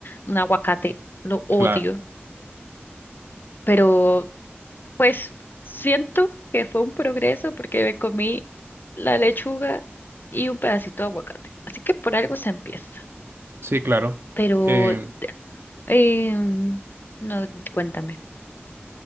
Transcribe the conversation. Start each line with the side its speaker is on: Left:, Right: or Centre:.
Left: un aguacate, lo odio.
Right: Claro,
Left: Pero pues siento que fue un progreso porque me comí la lechuga y un pedacito de aguacate. Así que por algo se empieza.
Right: sí, claro.
Left: Pero,
Right: Eh,
Left: em, no, cuéntame.